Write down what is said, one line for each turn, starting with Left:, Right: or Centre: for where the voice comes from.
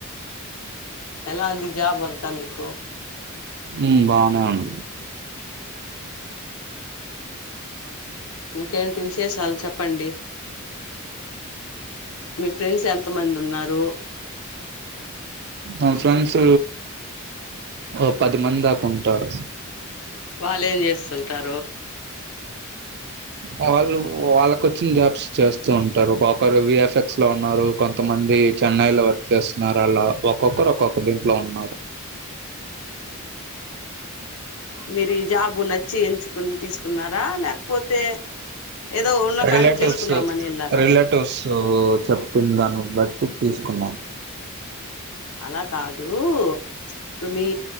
Left: ఎలా అంది జాబ్ అంతా మీకు
Right: ఉ బానే ఉంది
Left: ఇంకేంటి విశేషాలు చెప్పండి మీ ఫ్రెండ్స్ ఎంత మంది ఉన్నారు
Right: నా ఫ్రెండ్స్ ఓ పది మంది దాకా ఉంటారు
Left: వాళ్ళు ఏం చేస్తుంటారు
Right: వాళ్ళు వాళ్ళకొచ్చిన జాబ్స్ చేస్తూ ఉంటారు ఒ ఒకరు విఎఫ్ఎక్స్ లో ఉన్నారు కొంతమంది చెన్నై లో చేస్తున్నారు అలా ఒక్కొక్కరు ఒక్కొక్కరు దీంట్లో ఉన్నారు
Left: మరి జాబు నా చే ఎంచుకుని తీసుకున్నారా లేకపోతే ఏదో ఉన్న కాడికి
Right: రిలేటివ్స్
Left: చేసుకుందామని వెళ్ళారా
Right: రిలేటివ్స్ చెప్తుంది దాన్ని బట్ కుత్ తీసుకున్నా
Left: అలా కాదు ఇప్పుడు మీ